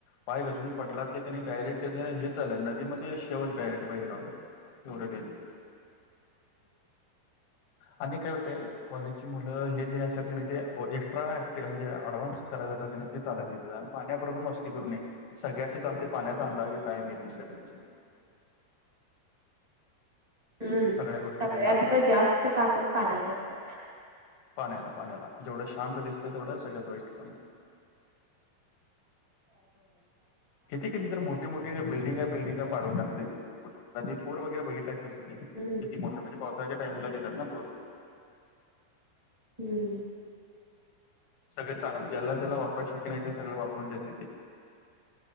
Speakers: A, on the left (about 85°); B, on the right (about 25°).
A: पाय घसरून पडला ते त्यांनी डायरेक्ट त्याच हे झालं नदी मध्ये शेव डायरेक्ट बाहेर घावल एवढं डेंजर. आणि काय होतय कॉलेजची मुलं हे जे असत्यात क- नाय ते एक्स्ट्रा म्हणजे ॲडव्हान्स कराय जात ते चालत नाही त्या पाण्याबरोबर मस्ती करू नये. सगळ्याशी चालतय पाण्याचा अंदाज काय घेता येत नाय कधी.
B: हम्म
A: सगळ्या गोष्टीचा
B: सगळ्यात
A: येईल अंदाज
B: जास्त ताकद पाण्यात असतीया.
A: पाण्याला पाण्याला जेवढं शांत दिसतय तेवढं सगळ्यात वाईट पण. किती किती तर मो ठी मोठी बिल्डिंगा बिल्डिागा पाडून टाकतय कुठली नदी पूर वगैरे बघितलायसच की.
B: <unintelligible>
A: ती मोठ म्हणजे पावसाळ्याच्या टाईमलाच येतात ना पूर.
B: हम्.
A: सगळे चांगल ज्याला ज्याला वापरायच शक्य नाय ते सगळ वापरून देतय ते.